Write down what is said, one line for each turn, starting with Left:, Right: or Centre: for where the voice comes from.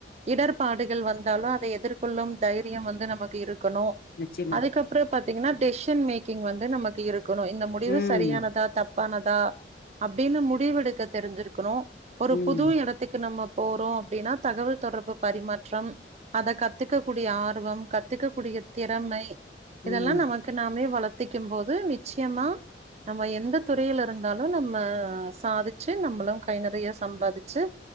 Right: இடர்பாடுகள் வந்தாலு அத எதிர்கொள்ளும் தைரியம் வந்து நமக்கு இருக் கணு
Left: நிச்சயமா
Right: அதுக்கப்றப் பாத்தீங்கன்னா டெஷ்சன் மேக்கிங் வந்து நமக்கு இருக் கணு இந்த முடிவு
Left: ம்
Right: சரியானதா தப் பானதா அப்டின்னு முடிவெடுக்க தெரிஞ்சிருக்கணு ஒரு
Left: ம்
Right: புது எடத்துக்கு நம்ம போறோ அப்படினா தகவல் தொடர்பு பரிமாற்றம் அத கத்துக்க கூடிய ஆர்வம் கத்துக்க கூடிய திறமை இதெல்லா
Left: ம்
Right: நமக்கு நாமே வளத் த்திக்கும் போது நிச்சயமா நம்ம எந்த துறைல இருந்தாலு நம்ம சாதிச்சு நம்மளு கை நறைய சம்பாதிச்சு